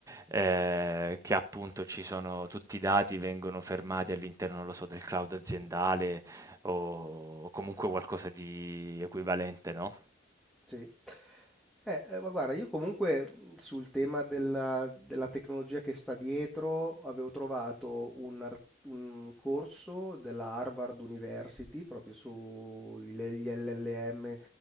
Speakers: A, on the right (about 15°); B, in the centre.
A: eh, che appunto ci sono tutti i dati vengono fermati all'interno, non lo so, del cloud aziendale o comunque qualcosa di equivalente, no?
B: Sì. Eh, eh, ma guarda, io comunque sul tema della, della tecnologia che sta dietro avevo trovato un, ar- un corso della Harvard University proprio sugli LLM